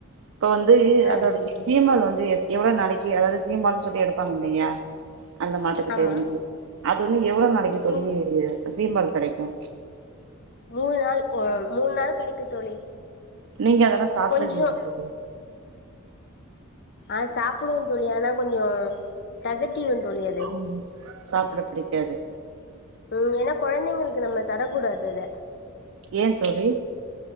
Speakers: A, on the right; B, on the left.
A: இப்ப வந்து
B: ஆ
A: அதோடையி சீம்பால் வந்து எ எவ்ளோ நாளக்கி எவ்ளோ சீம்பால் சொல்லி எடுப்பாங்ல்லையா அந்த மாட்டுக்கிட்ட
B: ஆமா
A: இருந்து அது வந்து எவ்ளோ நாளக்கி தோழி
B: ம்
A: சீம்பால் கெடைக்கு
B: மூணு நாள் ஒ மூண் நாள் கெடைக்கு தோழி
A: நீங்க அதெல்லா சாப்ட்ருக்கிங்
B: கொஞ்சோ
A: தோழி
B: ஆ சாப்படுவோ தோழி ஆனா கொஞ்சோ தெகட்டிடு தோழி அது
A: ம் சாப்ட புடிக்காது
B: ம் ஏன்னா கொழந்தைங்களுக்கு நம்ம தரக்கூடாது அத
A: ஏ தோழி